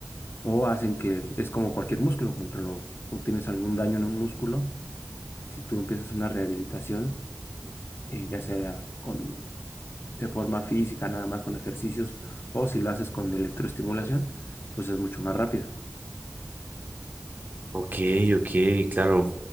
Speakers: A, on the left (about 50°); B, on the right (about 40°).
A: o hacen que es como cualquier músculo, cuando lo- tú tienes algún daño en un músculo, si tú empiezas una rehabilitación, eh, ya sea con de forma física, nada más con ejercicios, o si lo haces con electroestimulación, pues es mucho más rápida.
B: Ok, ok, claro.